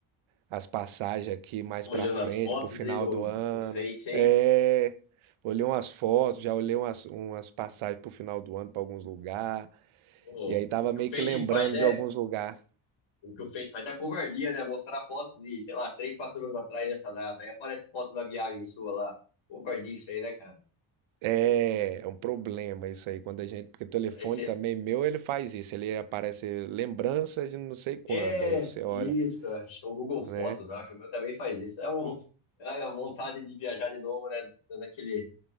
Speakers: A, on the right; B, on the left.
A: as passagens aqui mais
B: Olhando
A: para frente,
B: as fotos
A: pro final
B: aí do,
A: do ano.
B: do Face, hein?
A: É, olhei umas fotos, já olhei umas, umas passagens pro final do ano para alguns lugares.
B: Ô,
A: E aí tava
B: o que
A: meio
B: o Face
A: que lembrando
B: faz é.
A: de alguns lugares.
B: O que o Face faz é covardia, né? Mostrar fotos de, sei lá, três, quatro anos atrás dessa data. Aí aparece foto da viagem sua lá. Covardia isso aí, né, cara?
A: É, é um problema isso aí quando a gente, porque o telefone
B: Esse
A: também meu, ele faz isso, ele aparece lembrança de não sei quando,
B: É,
A: aí você
B: isso.
A: olha,
B: Acho que é o Google
A: né?
B: Fotos, acho. O meu também faz isso. É, um, é a vontade de viajar de novo, né? Dando aquele,